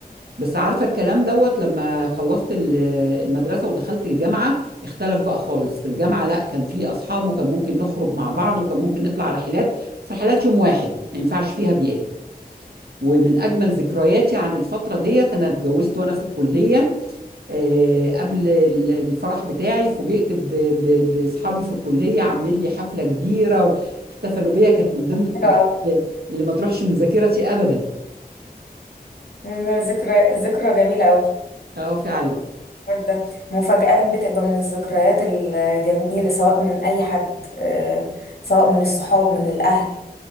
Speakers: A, on the right; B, on the left.
A: بس عارفة الكلام دوت لما خلصت ال- المدرسة ودخلت الجامعة اختلف بقى خالص في الجامعة لا كان في أصحاب وكان ممكن نخرج مع بعض وكان ممكن نطلع رحلات بس رحلات يوم واحد ما ينفعش فيها بيئات ومن أجمل ذكرياتي عن الفترة ديت أنا اتجوزت وأنا في الكلية آه، قبل ال- الفرح بتاعي فوجئت ب- ب- بأصحابي في الكلية عاملين لي حفلة كبيرة واحتفلوا بيا كانت من ضمن الحاجات
B: حلو قوي
A: اللي اللي ما تروحش من ذاكرتي أبدا
B: أنا ذكرى ذكرى جميلة قوي
A: اه فعلا
B: الحوار ده مفاجآت بتبقى من الذكريات الجميلة سواء من أي حد آه، سواء من الصحاب من الأهل